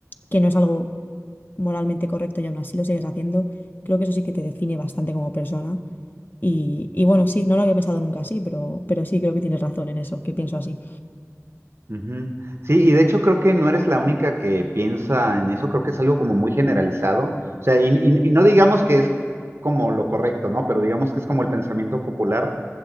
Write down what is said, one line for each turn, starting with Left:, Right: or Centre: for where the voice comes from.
Left: que no es algo moralmente correcto y aún así lo sigues haciendo, creo que eso sí que te define bastante como persona. Y, y bueno, sí, no lo había pensado nunca así, pero, pero sí creo que tienes razón en eso, que pienso así.
Right: Ujú. Sí, y de hecho creo que no eres la única que piensa en eso, creo que es algo como muy generalizado, o sea, y, y- y no digamos que es como lo correcto, ¿no? Pero digamos que es como el pensamiento popular